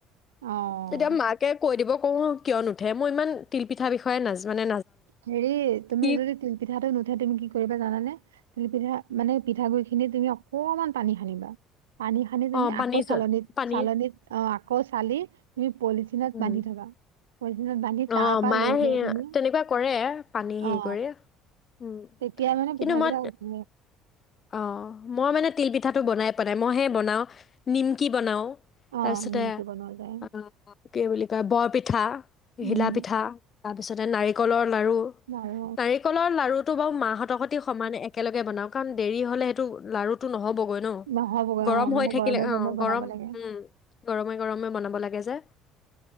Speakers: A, on the right (about 75°); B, on the left (about 35°).
A: অ
B: তেতিয়া মাকে কৈ দিব কৰোঁ কিয় নুঠে, মই ইমান তিলপিঠাৰ বিষয়ে নাজানো মানে
A: হেৰি তুমি
B: কি
A: যদি তিলপিঠাটো নুঠে তুমি কি কৰিবা জানানে। তিলপিঠা, মানে পিঠাগুৰি খিনি তুমি অকমান পানী সানিব। পানী খানি তুমি
B: অ' পানী
A: আকৌ চালনিত
B: চ পানী
A: চালনিত, অ', আকৌ চালি তুমি পলীদিনত
B: উম,
A: বান্ধি থোৱা। পলীদিনট বান্ধি তাৰ
B: অ'
A: পৰা
B: মায়ে
A: লৈ
B: সেই
A: লৈ তুমি
B: তেনেকুৱা কৰে, পানী হেৰি
A: অ
B: কৰে, উম,
A: তেতিয়া মানে
B: কিন্তু
A: পিঠাকেইটা
B: মই
A: উঠে
B: অ', মই মানে তিল পিঠাটো বনাইছে পোৱা নাই, মই হে বনাও নিমকি বনাও। তাৰপিছতে,
A: অ নিমকি বনোৱা যায়
B: অ', কি বুলি কয় বৰপীত পিঠা। ঘিলা
A: উম
B: পিঠা। তাৰপিছতে নাৰিকলৰ লাৰু,
A: বাৰু
B: নাৰিকলৰ লাৰুটো বাৰু মাহটোৰ সোতি সমানিয়াই এক একেলগে বনাওঁ কাৰণ দেৰি হলে সেইটো লাৰুটো নহ'ব। অইন,
A: নহ'বগৈ
B: গৰম
A: অ মানে
B: হৈ থাকিলে,
A: গৰমে
B: অ',
A: গৰমে
B: গৰম,
A: বনাব লাগে
B: উম, গৰমাই গৰমে বনাব লাগে যে।